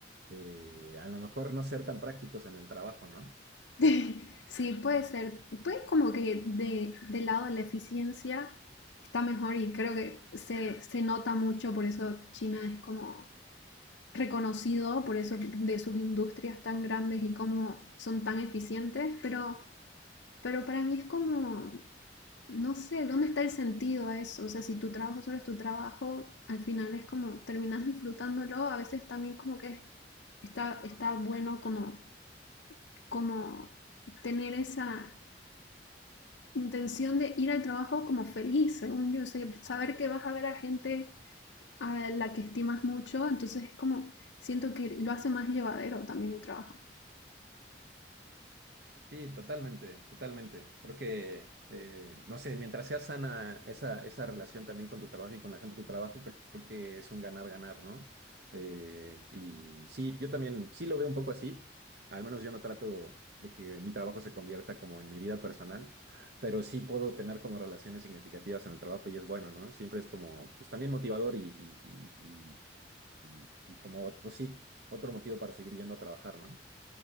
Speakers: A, on the right; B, on the left.
A: eh, a lo mejor no ser tan prácticos en el trabajo, ¿no?
B: <laughs> Sí, puede ser. Puede como que de, del lado de la eficiencia está mejor y creo que se, se nota mucho, por eso China es como reconocido, por eso de sus industrias tan grandes y cómo son tan eficientes, pero, pero para mí es como, no sé, ¿dónde está el sentido a eso? O sea, si tu trabajo solo es tu trabajo, al final es como terminas disfrutándolo, a veces también como que está, está bueno como, como tener esa intención de ir al trabajo como feliz, según yo, o sea, saber que vas a ver a gente a la que estimas mucho, entonces es como, siento que lo hace más llevadero también el trabajo.
A: Sí, totalmente, totalmente. Creo que, eh, no sé, mientras sea sana esa, esa relación también con tu trabajo y con la gente de tu trabajo, creo que es un ganar-ganar, ¿no? Eh, y sí, yo también sí lo veo un poco así. Al menos yo no trato de que mi trabajo se convierta como en mi vida personal, pero sí puedo tener como relaciones significativas en el trabajo y es bueno, ¿no? Siempre es como, pues también motivador y, y, y, y, y y como, pues sí, otro motivo para seguir yendo a trabajar, ¿no?